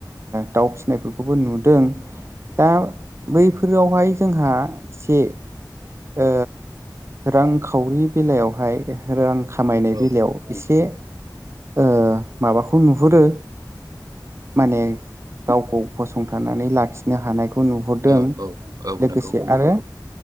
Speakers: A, on the right (about 35°); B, on the right (about 55°).
A: दाउ फिसिनायफोरखौबो नुदों। दा बैफोरावहाय जोंहा एसे ओ रांखावरि बेलायावहाय रां खामायनाय
B: उम
A: बेलायाव एसे ओ माबाखौ नुहुरो माने गावखौ फसंथानानै लाखिनो हानायख खौ नुहरदों
B: औ औ
A: लोगोसे
B: नंगौ
A: आरो